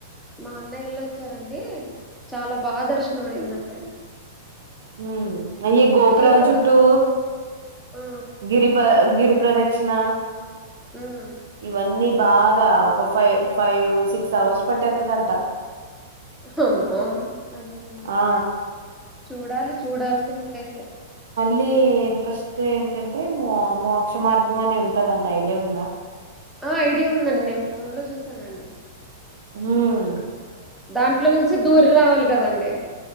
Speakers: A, in the centre; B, on the right.
A: మా అన్నయ్య ఎళ్ళొచ్చారండి ఏ చాలా బా దర్శనమైదంట
B: హూ అయ్య గోపురాల
A: మీ వాళ్ళ
B: చుట్టూ
A: ఆ
B: గిరి ప్ర గిరి ప్రదక్షిణ
A: ఉమ్
B: ఇవన్నీ బాగా ఒక ఫైవ్ ఫైవ్ సిక్స్ అవర్స్ పట్టేతదంట
A: అమ్మో అదేనండి
B: ఆ
A: చూడాలి చూడాల్సిన ప్లేసే
B: ది ఇంట్రెస్ట్ ఏంటంటే మో మోక్ష మార్గం అనే ఉంటదంట ఐడియా ఉందా
A: ఆ ఐడియా ఉందండి నేను ఫోన్ లో చూసానండి
B: మ్మ్
A: దాంట్లో నుంచి దూరి రావాలి కదండి